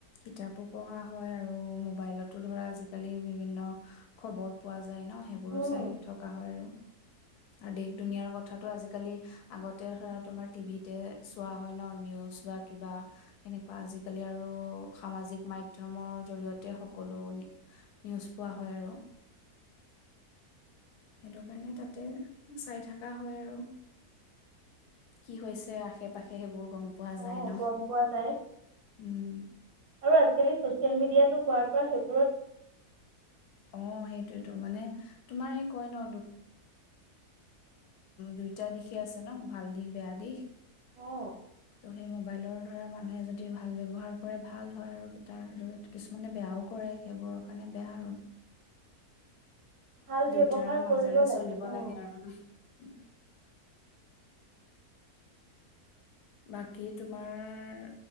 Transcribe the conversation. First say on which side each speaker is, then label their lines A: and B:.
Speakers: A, on the left; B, on the right.
A: কিতাপো পঢ়া হয় আৰু মোবাইলতো ধৰা আজিকালি বিভিন্ন খবৰ পোৱা যায় ন সেইবোৰো
B: উম
A: চাই থকা হয় আৰু আৰু দেশ দুনিয়াৰ কথাাটো আজিকালি আগতে ধৰা তোমাৰ টিভিতে চোৱা হয় ন নিউজ বা কিবা এনেকোৱা আজিকালি আৰু সামাজিক মাধ্যমৰ জৰিয়তে সকলো নিউজ পোৱা হয় আৰু সেইটো কাৰণে তাতে চাই থকা হয় আৰু কি হৈছে আশে পাশে সেইবোৰ গম পোৱা
B: অ
A: যায় ন
B: গম পোৱা যায়
A: উম
B: আৰু আজিকালি চচিয়েল মিডিয়টো হোৱাৰ পৰা সেই
A: অ সেইটোয়েতো, মানে তোমাৰ সেই কয় ন। দুইটা দিশে আছে ন, ভাল দিশ বেয়া দিশ
B: অঁ
A: ত' সেই মোবাইলৰ ধৰা মানুহে যদি ভাল ব্যৱহাৰ কৰে ভাল হয় আৰু তাৰ কিছুমানে বেয়াও কৰে সেইবোৰৰ কাৰণে বেয়া আৰু
B: ভাল ব্যৱহাৰ
A: দুইটাৰ মাজেৰে
B: কৰিব
A: চলিব
B: অঁ
A: লাগে আৰু ন বাকী তোমাৰ